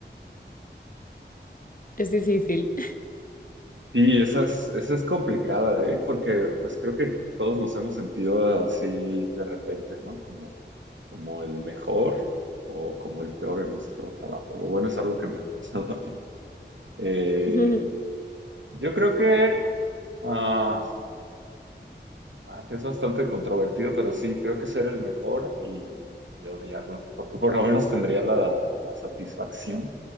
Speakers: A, on the left (about 50°); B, on the right (about 85°).
A: Es difícil.
B: Sí, esa es, esa es complicada, ¿eh? Porque pues creo que todos nos hemos sentido así de repente, ¿no? Como, como el mejor o como el peor en nuestro trabajo. O Bueno, es algo que me ha pasado a mí. Eh,
A: <laughs> Ujú.
B: yo creo que ah, ah, es bastante controvertido, pero sí, creo que ser el mejor y, y odiarlo, porque por lo menos tendría la, la satisfacción